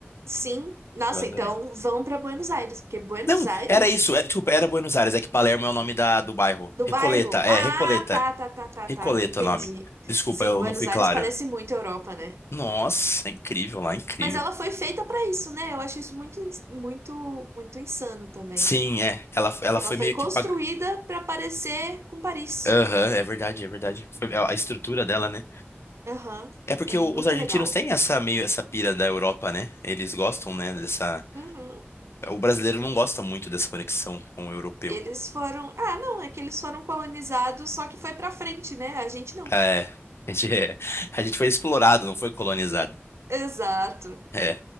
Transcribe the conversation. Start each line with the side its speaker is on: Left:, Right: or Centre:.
Right: Sim. Nossa,
Left: Eu adorei.
Right: então vão para Buenos Aires, porque Buenos
Left: Não,
Right: Aires
Left: era isso, era, desculpa, era Buenos Aires, é que Palermo é o nome da, do bairro.
Right: do
Left: Recoleta,
Right: bairro.
Left: é,
Right: Ah,
Left: Recoleta.
Right: tá, tá, tá, tá,
Left: Recoleta
Right: tá. Entendi.
Left: é o nome. Desculpa,
Right: Sim,
Left: eu
Right: Buenos
Left: não fui
Right: Aires
Left: claro.
Right: parece muito Europa, né?
Left: Nossa, é incrível lá, incrível.
Right: Mas ela foi feita para isso, né? Eu acho isso muito, ins- muito, muito insano também.
Left: Sim, é. Ela, ela
Right: Que
Left: foi
Right: Ela foi
Left: meio
Right: construída
Left: que. pag...
Right: para parecer com Paris.
Left: Aham, é verdade, é verdade. Foi- é A estrutura dela, né?
Right: Aham.
Left: É porque
Right: É muito
Left: o- os argentinos
Right: legal.
Left: têm essa meio essa pira da Europa, né? Eles gostam, né, dessa.
Right: Uhum.
Left: O brasileiro não gosta muito dessa conexão com o europeu.
Right: Eles foram. Ah, não, é que eles foram colonizados, só que foi pra frente, né? A gente não.
Left: É, <laughs> a gente, é- a gente foi explorado, não foi colonizado.
Right: Exato.
Left: É.